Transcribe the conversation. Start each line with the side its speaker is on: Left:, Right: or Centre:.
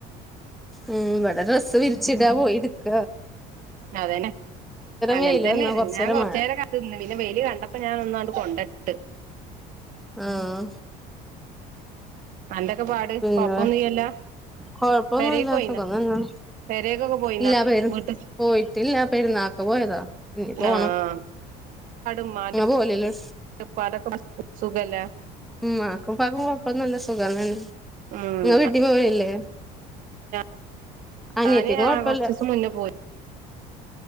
Centre: ഉം വടെ ഡ്രസ്സ് വിരിച്ചിടാ പോയിടുക്ക
Right: അതനെ അങ്ങനെ
Centre: വെയില്
Right: തന്നെയ
Centre: വന്നാ കൊറച്ചേരം
Right: ഞാൻ കൊറച്ച്
Centre: മഴ
Right: നേരം കാത്ത് നിന്നന്ന് പിന്നെ വെയിൽ കണ്ടപ്പോ ഞൻ ഒന്നണ്ട് കൊണ്ടിട്ട്
Centre: ആഹ്
Right: അന്റെ ഒക്കെ പാട്
Centre: പിന്നെ
Right: കൊഴപ്പൊന്നുംല്ല
Centre: കൊഴപ്പൊന്നുല്ല
Right: പരേക്ക് പോയിന്ന
Centre: സുഖം തന്നെ
Right: പരേക്കൊക്കെ പോയിന്ന
Centre: ഇല്ല പെരു
Right: മുത്തചി
Centre: പോയിട്ടില്ല പെരുന്നാക്ക് പോയതാ ഇഞ് പോണം
Right: ആഹ് ഉമ്മാന്റെ
Centre: അങ്ങെ പോലല്ലോ
Right: ഇപ്പാടെ പാട് സുഖല്ലേ
Centre: മാക്കുംപ്പക്കും കൊഴപ്പന്നില്ല സുഖന്നെ
Right: ഉം
Centre: നിങ്ങൾ വീട്ടിൽ പോവലില്ലേ
Right: ഞാൻ
Centre: അനിയത്തിക്കും
Right: ആ
Centre: കൊഴപ്പല്ല
Right: കുറച്ച് ദിവസം മുന്നേ പോയി